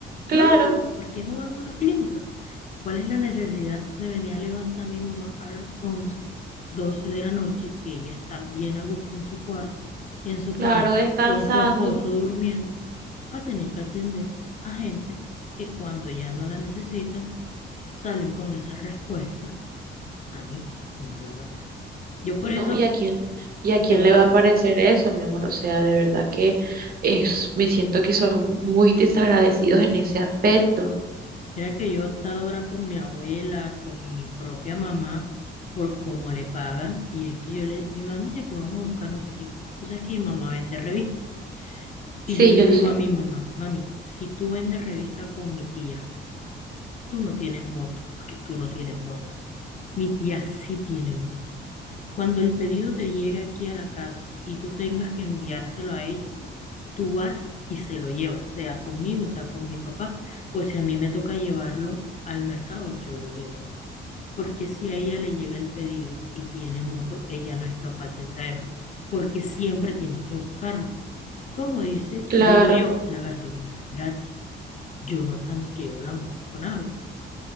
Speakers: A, on the right; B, on the left.
A: claro.
B: No, no, no, no, ¿por qué no van a una clínica? ¿Cuál es la necesidad de venir a levantar a mi mamá a las 11, 12 de la noche, que ella está bien a gusto en su cuarto, en su
A: Claro,
B: cama,
A: descansando.
B: con su esposo durmiendo, para tener que atender a gente que cuando ya no la necesitan, salen con esa respuesta? A mí no me parece. Yo por
A: No,
B: eso,
A: ¿y a quién? ¿Y a
B: yo
A: quién le va a parecer eso, mi amor? O sea, de verdad que es, me siento que son muy desagradecidos en ese aspecto.
B: Mira que yo he estado ahora con mi abuela, con mi propia mamá, por cómo le pagan, y es que yo le, mi mandilla que vamos a buscar no sé quién. Tú sabes que mi mamá vende revistas. Y
A: Sí,
B: yo le
A: yo
B: digo
A: sé.
B: a mi mamá, mami, si tú vendes revista con mi tía, tú no tienes moto, porque tú no tienes moto. Mi tía sí tiene moto. Cuando el pedido te llegue aquí a la casa y tú tengas que enviárselo a ella, tú vas y se lo llevas, sea conmigo, sea con mi papá, o si a mí me toca llevarlo al mercado, yo lo llevo. porque si a ella le llega el pedido y tiene moto, ella no es capaz de traerlo, porque siempre tienes que buscarlo. Como dice,
A: Claro,
B: digo yo, la gasolina no es gratis, yo no tanqueo la moto con agua,